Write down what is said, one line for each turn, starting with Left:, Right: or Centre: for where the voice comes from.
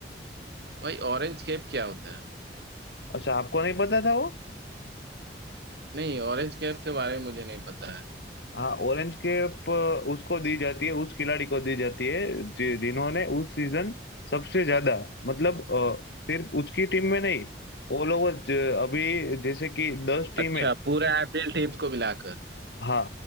Right: भाई ऑरेंज कैप क्या होता है
Left: अच्छा आपको नहीं पता था वो
Right: नहीं ऑरेंज कैप के बारे में मुझे नहीं पता है
Left: हाँ ऑरेंज कैप उसको दी जाती है उस खिलाड़ी को दी जाती है जि, जिन्होंने उस सीजन सबसे ज्यादा मतलब अ, सिर्फ उसकी टीम में नहीं ऑल ओवर अभी जैसे कि दस टीम
Right: अच्छा
Left: है
Right: पूरे आईपीएल टीम को मिलाकर
Left: हाँ